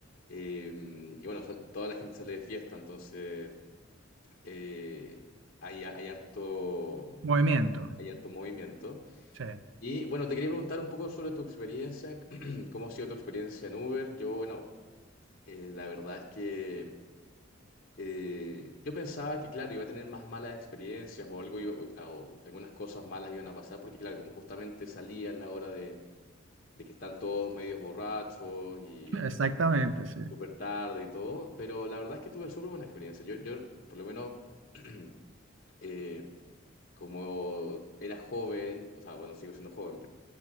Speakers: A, on the left (about 45°); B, on the right (about 70°).
A: eh, y bueno, sal- toda la gente sale de fiesta, entonces eh, hay, hay harto,
B: movimiento.
A: hay harto movimiento.
B: Sí,
A: Y bueno, te quería preguntar un poco sobre tu experiencia, <clears throat> cómo ha sido tu experiencia en Uber. Yo, bueno, eh, la verdad es que... Eh, yo pensaba que, claro, iba a tener más malas experiencias o algo, iba- o algunas cosas malas iban a pasar, porque, claro, como justamente salía en la hora de, de que están todos medios borrachos y,
B: exactamente,
A: y
B: sí.
A: súper tarde y todo, pero la verdad es que tuve súper buena experiencia. Yo, yo, por lo menos, <clears throat> eh, como era joven, o sea, bueno, sigo siendo joven,